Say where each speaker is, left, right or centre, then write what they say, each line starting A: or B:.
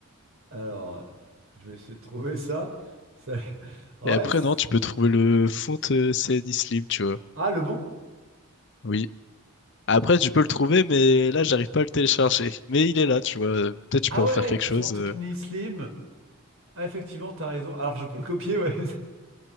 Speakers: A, on the right (about 65°); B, on the left (about 55°).
A: Alors, je vais essayer de trouver ça. Ça- Ouais,
B: Et après,
A: c'est-
B: non, tu peux trouver le font euh, CNI Slim, tu vois.
A: ah, le bon?
B: Oui. Après, tu peux le trouver, mais là, j'arrive pas à le télécharger. Mais il est là, tu vois. Euh, Peut-être tu
A: Ah
B: peux
A: ouais,
B: en faire quelque chose.
A: Fontenay
B: euh.
A: Slim. Ah, effectivement, t'as raison. Alors, je peux le copier, ouais. <laughs>